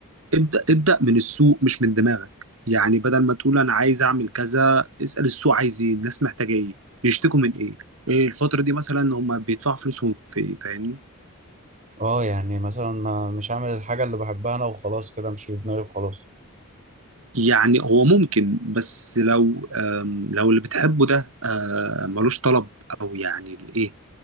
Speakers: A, on the right (about 65°); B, on the right (about 35°).
A: ابدأ ابدأ من السوق مش من دماغك يعني بدل ما تقول أنا عايز أعمل كذا اسأل السوق عايز إيه الناس محتاجة إيه بيشتكوا من إيه إيه الفترة دي مثلا هم بيدفعوا فلوسهم في إيه فاهمني
B: اه يعني مثلا ما مش هعمل الحاجه اللي بحبها انا وخلاص كده مش في دماغي وخلاص
A: يعني هو ممكن بس لو آم، لو اللي بتحبه ده آه، ملوش طلب أو يعني الإيه